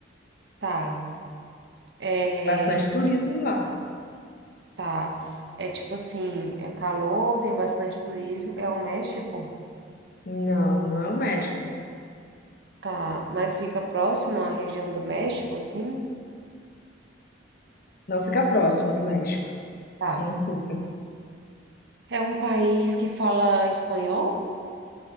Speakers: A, on the right; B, on the left.
A: Tá. É,
B: Bastante turismo lá.
A: Tá. É tipo assim, é calor, tem bastante turismo. É o México?
B: Não, não é o México.
A: Tá. Mas fica próximo à região do México, assim?
B: Não fica próximo do México.
A: Tá.
B: Não fica.
A: É um país que fala espanhol?